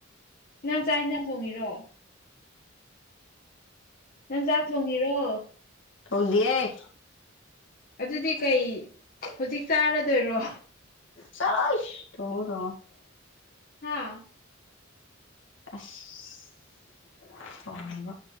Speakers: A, on the left; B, on the left.
A: ꯅꯥꯟ ꯆꯥꯛ ꯏꯟꯖꯥꯡ ꯊꯣꯡꯉꯤꯔꯣ ꯅꯪ ꯆꯥꯛ ꯊꯣꯡꯉꯤꯔꯣ
B: ꯊꯣꯡ ꯗꯦꯌꯦ
A: ꯑꯗꯨꯗꯤ ꯀꯩ ꯍꯧꯖꯤꯛ ꯆꯥꯔꯗꯣꯏꯔꯣ
B: ꯆꯔ ꯊꯉ ꯊꯃꯣ
A: ꯍꯥꯥ <unintelligible> <inaudible>
B: ꯑꯁ <unintelligible> <inaudible> ꯑ